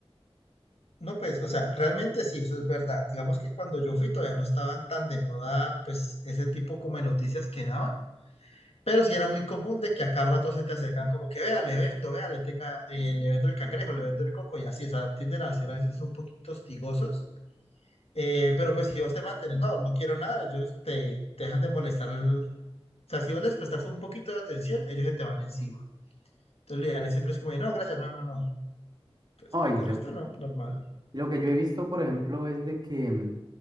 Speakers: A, on the left; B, on the right.
A: No, pues, o sea, realmente sí, eso es verdad. Digamos que cuando yo fui todavía no estaban tan de moda pues ese tipo como de noticias que daban, pero sí era muy común de que a cada rato se te acercan como que, vea, le vendo, vea, le tenga, eh, le vendo el cangrejo, le vendo el coco y así, o sea, tienden a ser a veces un poquito hostigosos. Eh, pero pues si vos te mantienes, no, no quiero nada, ellos te, te dejan de molestar. el- O sea, si vos les prestas un poquito de atención, ellos se te van encima. Entonces lo ideal es siempre es como, no, gracias, no, no, no. Pues,
B: Ay,
A: pues de
B: se-
A: resto no, normal.
B: lo que yo he visto, por ejemplo, es de que, mm,